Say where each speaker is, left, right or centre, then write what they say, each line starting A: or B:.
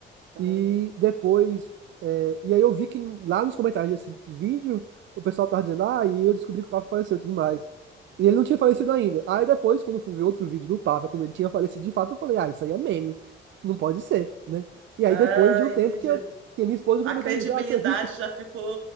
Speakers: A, on the right; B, on the right.
A: Aham.
B: e depois, é, e aí eu vi que lá nos comentários desse vídeo, o pessoal tava dizendo, ah, e eu descobri que o Papa faleceu e tudo mais. E ele não tinha falecido ainda. Aí depois, quando eu fui ver outro vídeo do Papa, quando ele tinha falecido de fato, eu falei, ah, isso aí é meme, não pode ser, né? E aí
A: Ah,
B: depois de um
A: entendi.
B: tempo que eu que minha esposa foi
A: A
B: comentar
A: credibilidade
B: comigo, ah, você viu que
A: já ficou.